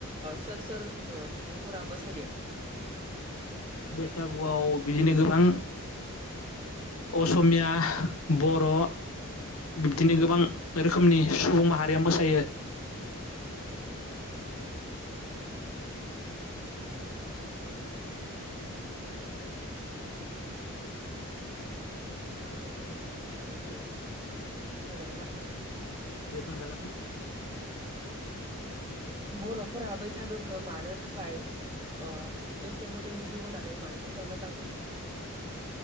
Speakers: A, on the right; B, on the left.
A: सोर सोर सुबुंफोरा मोसायो
B: बैसागुआव बिदिनो गोबां असमिया बर' बिब्दिनो गोबां
A: उम
B: रोखोमनि सुबुं माहारिया मोसायो
A: उम आं नोंखौ मोनसे कुइसन सोंबावनि सोंजागोन ना
B: दे सोंजागोन
A: बर'फोरा बैसागोखौ मानो थाखाय अ गोसो मोदोम जिउ होनानै मानि थाखाय मोजां मोनो